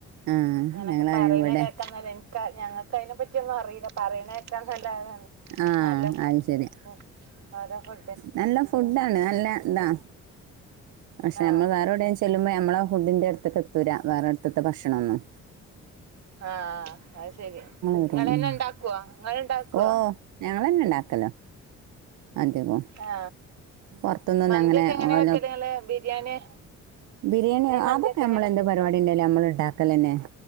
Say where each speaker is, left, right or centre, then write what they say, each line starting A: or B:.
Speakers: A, on the right; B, on the right.
A: ആ
B: അങ്ങനെയൊക്കെ
A: ഞങ്ങൾ
B: പറയുന്ന
A: ഇവിടെ
B: കേക്കങ്ങനെ ക ഞങ്ങൾക്ക് അതിനെ പറ്റിയൊന്നും അറിയില്ല പറയുന്ന നല്ലതാണ്.
A: ആ
B: നല്ല ഫു
A: അത്
B: നല്ല
A: ശരി
B: ഫു ആരാ ഫ്ര
A: നല്ല ഫുഡാണ് നല്ല എന്താ പക്ഷെ
B: ആ
A: നമ്മൾ വേറെ എവിടെലും ചെല്ലുമ്പോ നമ്മളെ ഫുഡിന്റെ അടുത്തക്ക് എത്തൂരാ വേറെ അടുത്തത്തെ ഭക്ഷണൊന്നും.
B: ആ അത് ശരി
A: വരും
B: നിങ്ങള് തന്നെ
A: ഉം.
B: ഇണ്ടാക്കുവോ? നിങ്ങള് ഇണ്ടാക്കുവോ?
A: ഓ ഞങ്ങൾ തന്നെ ഉണ്ടാക്കല്ലോ അധികവും
B: ആ
A: പുറത്തൊന്നും
B: മന്തിയൊക്കെ
A: അങ്ങനെ
B: എങ്ങനെയാ
A: ഓല
B: വെക്കല് നിങ്ങള് ബിരിയാണി
A: ബിരിയാണി
B: മന്തിയൊക്കെ
A: അതൊക്കെ നമ്മൾ
B: എങ്ങനെ
A: എന്ത് പരിപാടി ഉണ്ടായാലും നമ്മൾ ഉണ്ടാ കല് തന്നെ.